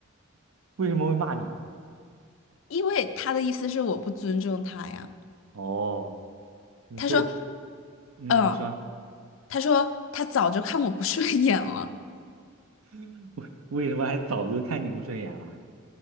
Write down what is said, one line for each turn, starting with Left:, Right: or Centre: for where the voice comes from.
Right: 为什么会骂你啊？
Left: 因为他的意思是我不尊重他呀。
Right: 哦，你这，
Left: 他说：
Right: 嗯，
Left: “嗯，
Right: 你说。
Left: 他说他早就看我不顺眼了。”
Right: <laughs> 为为什么还早就看你不顺眼了？